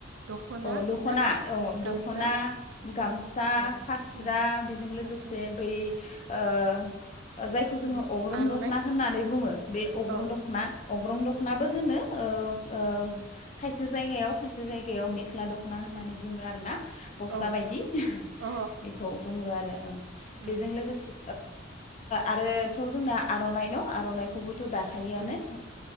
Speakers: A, on the right; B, on the left.
A: दख'ना
B: औ दख'ना
A: ना
B: औ
A: गामसा
B: दख'ना गामसा
A: ओ
B: फास्रा
A: उम
B: बेजों लोगोसे
A: फास्रा
B: बै ओ जायखौ जोङो
A: उम
B: अग्रं
A: आर'नाइ
B: दख'ना होननानै बुङो बे अग्रं
A: औ
B: दख'ना अग्रं दख'नाबो होनो खायसे जायगायाव खायसे जायगायाव मेख्ला दख'ना होननानै बुङो आरो ना बस्था
A: औ
B: बायदि
A: अ
B: बेखौ बुङो आरो बेजों
A: उम
B: लोगोसे आरोथ' जोंना आर'नाइ नं आर'नाइखौबोथ' दाखायोआनो
A: उम